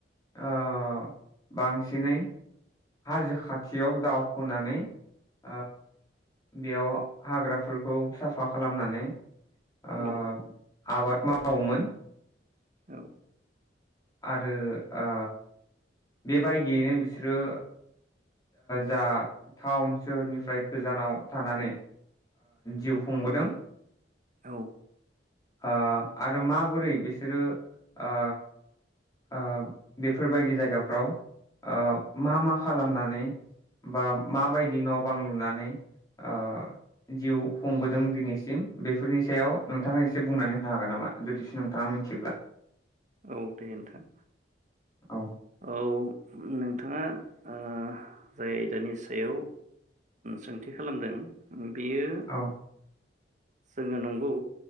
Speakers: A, on the left; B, on the right.
A: ओ बांसिनै हाजो खाथियाव दाव होनानै ओ बेयाव हाग्राफोरखौ साफा साफा खालामनानै ओ
B: औ
A: आबाद माव मावोमोन
B: औ।
A: आरो ओ बे बायदियैनो बिसोरो जा टाउन सोहोरनिफ्राय गोजानाव थानानै जिउ ओ खुंबोदों।
B: औ।
A: ओ आरो माबोरै बिसोरो ओ ओ बेफोरबायदि जायगाफ्राव ओ मा मा खालामना नै बा माबायदि न' बां लुनानै ओ जिउ खुंबोदों दिनैसिम बेफोरनि सायाव नोंथाङा इसे बुंनानै होनो हागोन नामा जुदिसो नोंथाङा मोन्थियोब्ला?
B: औ दे नोंथां।
A: औ
B: औ नोंथाङा ओ जाय आयदानि सायाव सोंथि खालामदों बेयो
A: औ
B: जोङो नंगौ